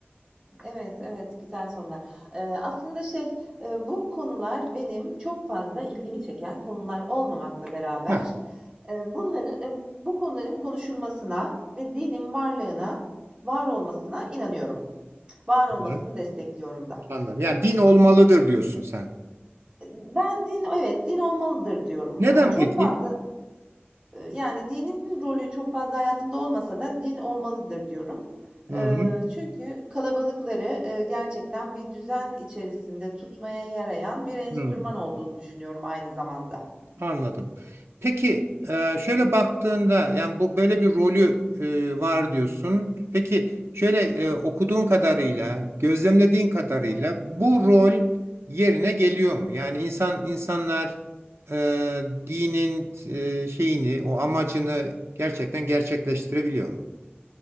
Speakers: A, on the right (about 25°); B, on the right (about 80°).
A: evet, evet. Güzel sonlar. Ee, aslında şey, e, bu konular benim çok fazla ilgimi çeken konular olmamakla beraber
B: Heh,
A: e, bunların, e, bu konuların konuşulmasına ve dinin varlığına, var olmasına inanıyorum. Var olmasını
B: güzel,
A: destekliyorum da.
B: anladım. Yani din olmalıdır diyorsun sen.
A: E, Ben din, evet, din olmalıdır diyorum.
B: Neden
A: E, çok
B: peki?
A: fazla Eee, yani dinin rolü çok fazla hayatımda olmasa da din olmalıdır diyorum.
B: Hı
A: Eee,
B: hı,
A: çünkü kalabalıkları, eee, gerçekten bir düzen içerisinde tutmaya yarayan bir enstrüman
B: hı,
A: olduğunu düşünüyorum aynı zamanda.
B: anladım. Peki e, şöyle baktığında yani bu böyle bir rolü e, var diyorsun. Peki şöyle e, okuduğun kadarıyla, gözlemlediğin kadarıyla
A: Hı hı.
B: bu rol yerine geliyor mu? Yani insan insanlar e, dinin e, şeyini, o amacını gerçekten gerçekleştirebiliyor mu?